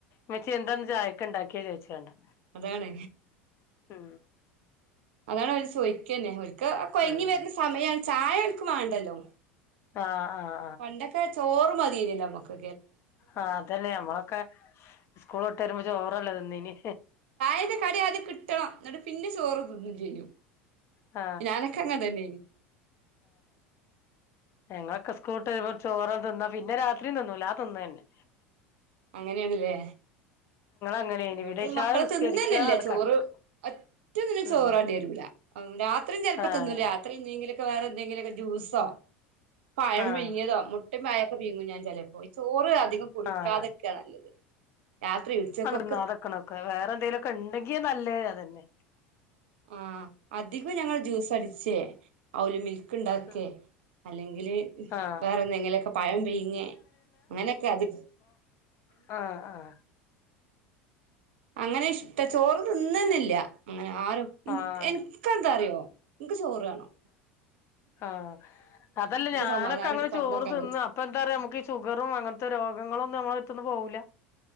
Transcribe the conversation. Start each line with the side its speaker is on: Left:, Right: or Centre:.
Left: മച്ചച്ച് എന്താണന്ന് ചായക്ക ഉണ്ടാക്കിയോ ചോദിച്ചണ്ടാ
Right: അതാണ്
Left: ഉം
Right: അതാണ് അവര് ചോയ്ക്ക്ന്നെ അവക്ക് കൊഴങ്ങി
Left: ഉം
Right: വരുന്ന സമയണ് ചായ അവക്ക് വേണ്ടല്ലോ
Left: ആഹ് ആഹ്
Right: പണ്ടൊക്കെ ചോറ് മതിനില്ലോ ഞമ്മക്ക്
Left: ആ അതെന്നെ ഞമ്മളൊക്കെ സ്കൂൾ ഇട്ട് വെരുമ്പോ ചോറല്ലേ തിന്നീന്
Right: തിന്റെ കടി ആദ്യം കിട്ടണം ന്ന്ട്ട് പിന്നെ ചോറ് തിന്നും ചെയ്യും
Left: ആ
Right: ഞാനൊക്കെ അങ്ങനെ തന്നേനി
Left: ഞങ്ങളൊക്കെ സ്കൂട്ടെരുമ്പോ ചോറൊന്നും തിന്നാ പിന്നെ രാത്രിയും തിന്നൂല ആ തിന്നതെന്നെ
Right: അങ്ങനെണ് ല്ലേ
Left: അങ്ങനെയ്നി
Right: ഇവിടെ
Left: പിന്നെ ഇശാ
Right: ഈ മക്കള്
Left: നിസ്കരിക്ക
Right: തിന്നെന്നല്ല
Left: ആണ്ട്
Right: ചോറ്
Left: കടക്കും
Right: റ്റൊന്നിനും
Left: ഉം
Right: ചോറാണ്ടി വരൂല്ല രാത്രിയും ഉം ചെലപ്പോ
Left: ആഹ്
Right: തിന്നൂല്ല രാത്രി ന്തെങ്കിലും വേറെ ന്തെങ്കിലൊക്കെ ജ്യൂസോ പഴം
Left: ആഹ്
Right: പിഴങ്ങിയതോ മു ട്ടെ പയോക്കെ പിയ്ങ്ങും ഞാൻ ചെലേപ്പൊ ചോറ് അധികം കൊടുക്കാതെക്കാ
Left: ആഹ്
Right: നല്ലത് രാത്രി ഉച്ചക്കൊ
Left: ന്നാതെക്കണം അക്കെ വേറെ എന്തേലൊക്കെ ണ്ടെങ്ക നല്ലത് അതെന്നെ
Right: ആ അധികം ഞങ്ങള് ജ്യൂസടിച്ചേ ഔലി മിൽ ക്ക്ണ്ടാക്കെ
Left: ഉം
Right: അല്ലെങ്കില്
Left: ആഹ്
Right: വേറെ എന്തെങ്കിലൊക്കെ പഴം പിയ്ങ്ങെ അങ്ങനൊക്കത്
Left: ആ ആ
Right: അങ്ങനെ ഇഷ്ട ചോറ് തിന്നെന്നല്ല അങ്ങനെ ആരും
Left: ആഹ്
Right: എൻക്കെന്താറിയോ ക്ക് ചോറ് വാണം
Left: ആ അതല്ല ഞാനൊക്കെ
Right: സമാധാനായിട്ട്
Left: അങ്ങനെ
Right: കടന്നൊറങ്ങാൻ
Left: ചോറ് തിന്ന്
Right: പറ്റും
Left: അപ്പൊ എന്താ റിയോ ഞമ്മക്ക് ഈ ഷുഗറും അങ്ങൻത്തെ രോഗങ്ങളും ഞമ്മളെട്ത്ത്ന്ന് പോവൂല